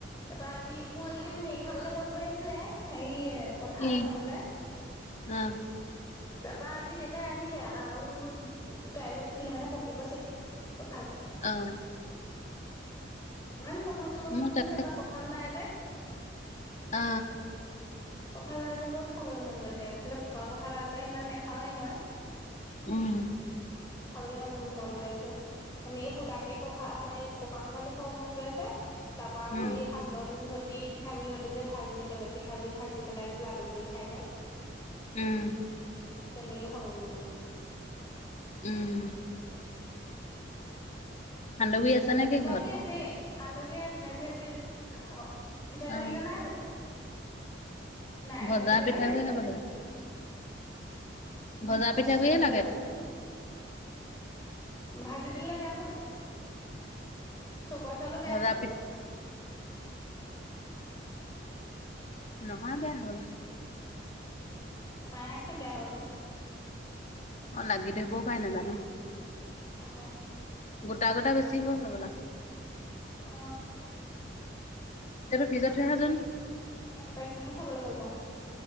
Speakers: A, on the left; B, on the left.
A: তাৰপা আজি মোৰ এইকেইদিন হেৰি খাবলৈ মন গৈ আছিলে। হেৰি কঁঠাল
B: কি
A: খাবলে।
B: অ
A: তাৰপা আজি দেউতাই আনিলে আৰু কাইলৈ পখিলে মানে পকিব চাগে কঁঠাল।
B: অ।
A: ইমান কঁঠাল খাবলৈ
B: মোৰ
A: মন
B: তা
A: গৈছে এইবাৰ কঁঠাল নাই যে।
B: অ।
A: কঁঠাল নাই যে বহুত খাবলৈ মন গৈছে এইফালে পকা কঁঠাল আগতে ইমান নাখাওৱেই মই।
B: উম।
A: খাবলৈ ইমান মন গৈ আছে। এনেই সুদাকে কঠা পকা কঁঠালো খাব মন গৈ আছে তাৰ পৰা আকৌ
B: উম
A: এই সান্দহ গুৰি দি পিঠা গুড়িহঁতে যে ভাজি পেলাই পিঠাগুড়ি ভাজি পেলাই লাডু কৰি খাই যে।
B: উম।
A: তেনেকেও খাবলৈ মন গৈছে।
B: উম। সান্দগুড়ি আছে। নে কি
A: পিঠাগুড়ি
B: ঘৰত
A: আছে সান্দগুড়ি নাই পিঠাগুড়ি আছে দেখোন অকল পিঠাগুড়ি
B: অ
A: সেইকেইটা নাই জানো। নাই
B: ভজা
A: ভাজি পেলালানিকি
B: পিঠাগুৰি
A: গোটেইখিনি।
B: খাব লাগিব ভজা
A: অ
B: পিঠাগুৰিয়ে
A: চকোৱা চাউল।
B: লাগে
A: ভাজি দিলে বেয়া হ'ব নেকি চকোৱা চাউলৰ বেয়া
B: ভজা
A: হব নেকি
B: পিঠ নহয় বেয়া হবলা
A: মাই হে কৈছে বেয়া হ'ব বুলি
B: অ লাগি ধৰিবও পাই নাজানো
A: অ
B: গোটা গোটা বেছি হ'ব হবলা।
A: অ।
B: এইটো ফ্ৰিজত থৈ আহাচোন
A: গোটা গোটা খিনিহে খাবলৈ ভাল পাওঁ।